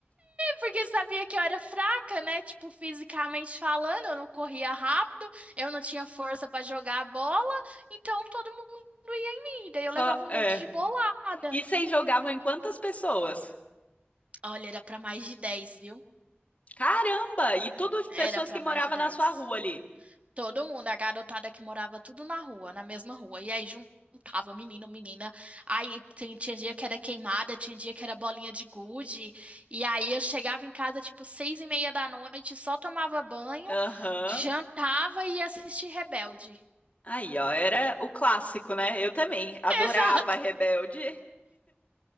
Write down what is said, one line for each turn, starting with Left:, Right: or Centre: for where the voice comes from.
Right: Porque sabia que eu era fraca, né? Tipo, fisicamente falando, eu não corria rápido, eu não tinha força pra jogar a bola, então todo mundo ia em mim. Daí
Left: Só,
Right: eu levava um
Left: é.
Right: monte de bolada.
Left: E vocês jogavam em quantas pessoas?
Right: Olha, era pra mais de 10, viu?
Left: Caramba! E tudo de
Right: Era
Left: pessoas
Right: pra
Left: que moravam
Right: mais de 10.
Left: na sua rua ali.
Right: Todo mundo, a garotada que morava tudo na rua, na mesma rua. E aí juntava menino, menina. Aí tem- tinha dia que era queimada, tinha dia que era bolinha de gude. E aí eu chegava em casa tipo seis e meia da noite, só tomava banho,
Left: Aham.
Right: jantava e ia assistir Rebelde.
Left: Aí, ó, era o clássico, né? Eu também adorava
Right: <laughs> Exato,
Left: Rebelde.